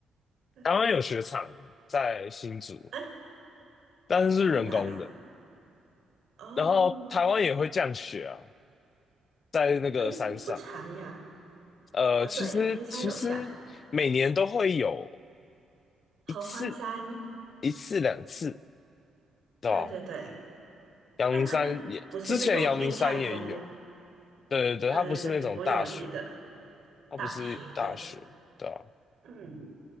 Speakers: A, on the right; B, on the left.
A: 嗯，
B: 台湾有雪场在新竹，
A: 哎，
B: 但是是人工的。
A: 竟然哦，哦，
B: 然后台湾也会降雪啊，在那个山上。
A: 哎，不不长呀。
B: 呃，
A: 啊，
B: 其实其实每年都会有
A: 对，阳明山有下，合欢山，
B: 一次、一次、两次，对吧？
A: 对对对，
B: 阳明山也，
A: 但它就不不是那种印象中，
B: 之前阳明山也有。对对对，
A: 对对对，
B: 它不是那种大雪，
A: 我有记得
B: 它不是大雪，
A: 大学，对，
B: 对吧？
A: 嗯。